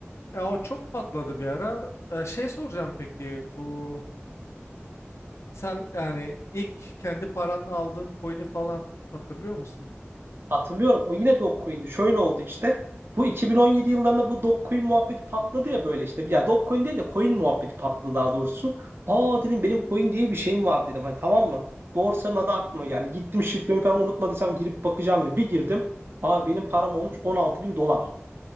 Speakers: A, on the left (about 80°); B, on the right (about 55°).
A: Ya o çok patladı bir ara. Ee, şey soracağım peki bu sen yani ilk kendi paranla aldığın coin'i falan hatırlıyor musun?
B: Hatırlıyorum. O yine Dogecoin'di. Şöyle oldu işte. Bu 2017 yıllarında bu Dogecoin muhabbeti patladı ya böyle işte. Ya Dogecoin değil de coin muhabbeti patladı daha doğrusu. Aa dedim benim coin diye bir şeyim var dedim. Hani tamam mı? Borsanın adı aklıma geldi. Gittim şifremi falan unutmadıysam girip bakacağım dedim. Bir girdim. Aa benim param olmuş 16 bin dolar.